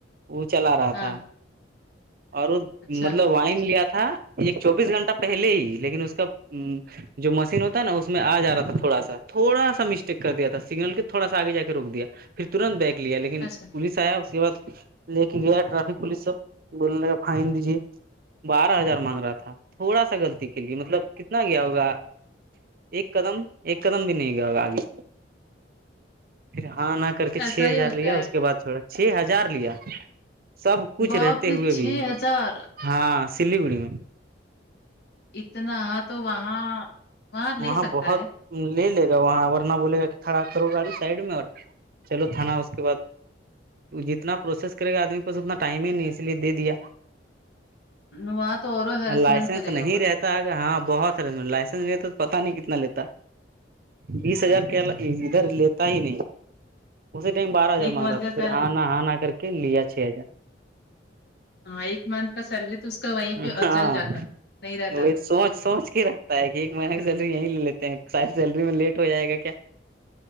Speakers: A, on the right; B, on the left.
A: وہ چلا رہا
B: ہاں
A: تھا اور وہ
B: اچھا
A: مطلب وائن لیا تھا ایک چوبیس گھنٹہ پہلے ہی لیکن اس کا جو مشین ہوتا نا اس میں آ جا رہا تھا تھوڑا سا تھوڑا سا مسٹیک کر دیا تھا سگنل کے تھوڑا سا آگے جا کے روک دیا پھر ترنت بیگ لیا لیکن
B: اچھا
A: پولیس آیا اس کے بعد لے کے گیا ٹریفک پولیس سب بولنے لگا فائن دیجے بارہ ہزار مانگ رہا تھا تھوڑا سا غلطی کے لیے مطلب کتنا گیا ہوگا ایک قدم ایک قدم بھی نہیں گیا ہو گا آگے پھر ہاں نا کر کے
B: ایسا
A: چھ
B: ہی
A: ہزار
B: ہوتا
A: لیا
B: ہے
A: اس کے بعد چھوڑا چھ ہزار لیا سب کچھ
B: باپ
A: رہتے
B: رے،
A: ہوئے
B: چھ
A: بھی
B: ہزار
A: ہاں سلیگڑی میں
B: اتنا ہاں تو وہاں لے
A: وہاں
B: سکتا
A: بہت
B: ہے
A: لے لے گا وہاں ورنہ بولے گا کہ کھڑا کرو گاڑی سائڈ میں اور چلو تھا نہ اس کے بعد جتنا پروسیس کرے گا آدمی کے پاس اتنا ٹائم ہی نہیں اس لیے دے دیا
B: نواں تو اور ہیریسمنٹ
A: لائسنس
B: کرے گا
A: نہیں
B: وہ
A: رہتا
B: لوگ
A: ہے ہاں بہت ہے لائسنس نہیں تو پتا نہیں کتنا لیتا بیس ہزار کیا ادھر لیتا ہی نہیں اسی ٹائم بارہ ہزار
B: ایک
A: مانگ
B: منتھ
A: رہا تھا
B: کا
A: پھر
B: سیلری
A: ہاں نا ہاں نہ کر کے لیا چھ ہزار
B: ہاں ایک منتھ کا سیلری تو اس کا وہیں
A: ہزار
B: پہ
A: ہاں
B: چل جاتا نہیں رہتا
A: وہی
B: تو
A: سوچ سوچ رکھتا ہے کہ ایک مہینہ کی سیلری یہیں لے لیتے ہیں ساری سیلری میں لیٹ ہو جائے گا کیا